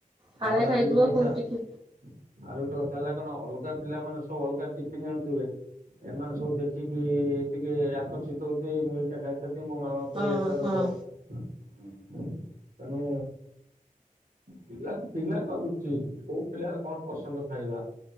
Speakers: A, on the right; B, on the right.
A: ଫାଳେ
B: ତାପରେ
A: ଖାଇଥିବ
B: ଆଉ ବି ଗୋଟେ କଥା
A: ପୁଣି
B: ଆଉରି
A: ଟିକେ
B: ଗୋଟେ କଥା ହେଲା କଣ ଅଲଗା ପିଲାମାନେ ସବୁ ଅଲଗା ଟିଫନ୍ ଆଣୁଥିବେ ଏମାନେ ସବୁ ଦେ ଦେଖିକି ଟିକେ ଆକର୍ଷିତ ହଉଥିଏ ମୁଁ ଏଇଟା ଖାଇଥାନ୍ତି ମୋ ମାମା କହିବେ
A: ହଁ
B: ଏଟା ଦବ।
A: ହଁ
B: ତେଣୁ ପିଲା ପିଲାଙ୍କ ରୁଚି କୋଉ ପିଲାର କଣ ପସନ୍ଦ ଖାଇବା